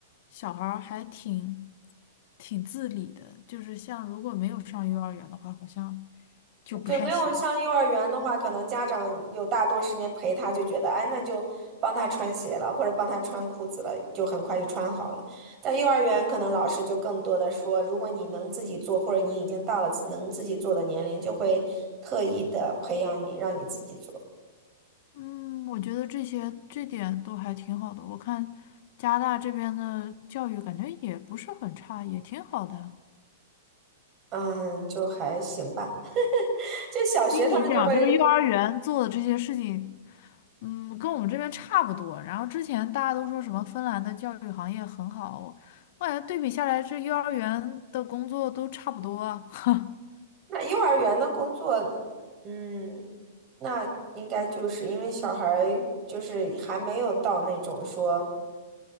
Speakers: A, on the left (about 55°); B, on the right (about 30°).
A: 小孩儿还挺挺自理的，就是像如果没有上幼儿园的话，好像就不太行。
B: 对，没有上幼儿园的话，可能家长有大多时间陪他，就觉得哎，那就帮他穿鞋了，或者帮他穿裤子了，就很快就穿好了。在幼儿园，可能老师就更多的说，如果你能自己做，或者你已经到了能自己做的年龄，就会特意的培养你，让你自己做。
A: 嗯，我觉得这些这点都还挺好的。我看加拿大这边的教育感觉也不是很差，也挺好的。
B: 嗯，就还行吧。<laughs> 就小学他们就会，
A: 听你讲这个幼儿园做的这些事情，嗯，跟我们这边差不多。然后之前大家都说什么芬兰的教育行业很好，我我感觉对比下来，这幼儿园的工作都差不多啊。<laughs> 嗯
B: 那幼儿园的工作，嗯，那应该就是因为小孩儿就是还没有到那种说